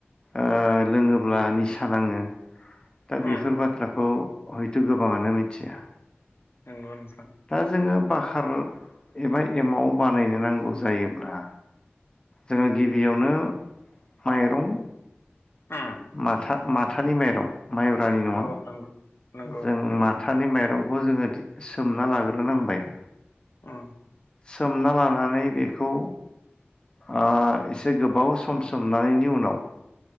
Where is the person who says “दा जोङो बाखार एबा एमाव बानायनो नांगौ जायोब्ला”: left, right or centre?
Left